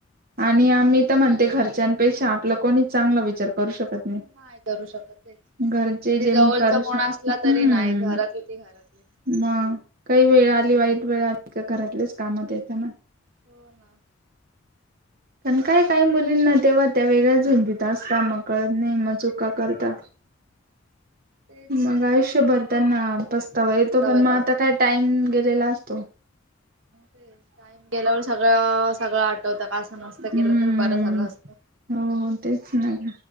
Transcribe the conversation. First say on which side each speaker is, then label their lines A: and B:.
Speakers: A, on the right; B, on the right.
A: आणि आम्ही तर म्हणते घरच्यांपेक्षा आपला कोणी चांगला विचार करू शकत नाही
B: नाही करू शकतच
A: घरचे
B: तिथ
A: जे
B: जवळचा
A: करू श
B: कोण असला
A: हम्म
B: तरी नाही घरातली ती घरातली
A: मग काही वेळ आली वाईट वेळ आली का घरातलेच कामात येत ना
B: हो ना
A: पण काय काही मुलींना तेव्हा त्या वेगळ्याच धुंदीत असताात मग कळत नाही मग चुका करता
B: तेच
A: मग आयुष्यभर त्यांना पस्तावा
B: पस्तावायला
A: येतो पण मग आता काय टाइम गेलेला असतो
B: ते का गेल्यावर सगळं सगळं आठवतं का नसत
A: हम्म
B: केलं तर बरं झाला असत
A: हो तेच नाही